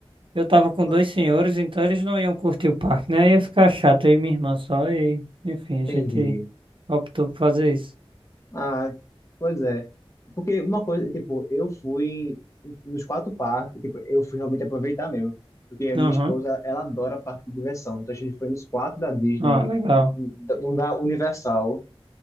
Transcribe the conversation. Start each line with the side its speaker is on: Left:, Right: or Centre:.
Right: eu tava com
Left: Não,
Right: dois senhores, então eles não iam curtir o parque, né? Ia ficar chato, aí minha irmã só, e enfim, a gente
Left: entendi.
Right: optou por fazer isso.
Left: Ah, pois é. Porque uma coisa, tipo, eu fui nos quatro parques, tipo, eu fui realmente aproveitar mesmo. Porque a minha
Right: Aham,
Left: esposa, ela adora parque de diversão. Então a gente foi nos quatro da Disney,
Right: Ah, legal.
Left: não da Universal.